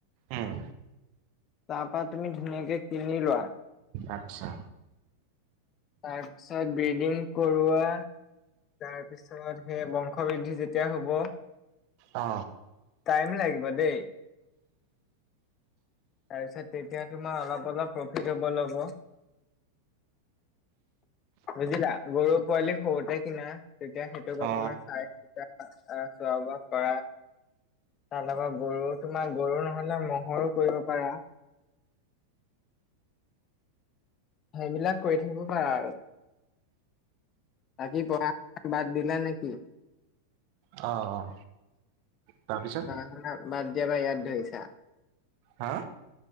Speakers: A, on the right; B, on the left.
A: উম
B: তাৰ পৰা তুমি ধুনীয়াকে কিনি লোৱা।
A: আচ্ছা।
B: তাৰ পিছত ব্ৰেডিং কৰোৱা তাৰ পিছত সেই বংশ বৃদ্ধি যেতিয়া হ'ব
A: অ।
B: টাইম লাগিব দেই। তাৰপিছত তেতিয়া তোমাৰ অলপ অলপ প্ৰফিট হ'ব ল'ব। বুজিলা, গৰু পোৱালি সৰুতে কিনা তেতিয়া সেইটোক অকমান
A: অ
B: চাই চা। অ' খোৱা বোৱা কৰা। তাৰ লগত গৰু তোমাৰ গৰু নহ'লে ম'হৰো কৰিব পাৰা। সেইবিলাক কৰি থাকিব পাৰা আৰু। বাকী পঢ়া শুনা বাদ দিলা নেকি?
A: অ'। তাৰপিছত
B: পঢ়া-শুনা বাদ দিয়া পা ইয়াত ধৰিছা?
A: হা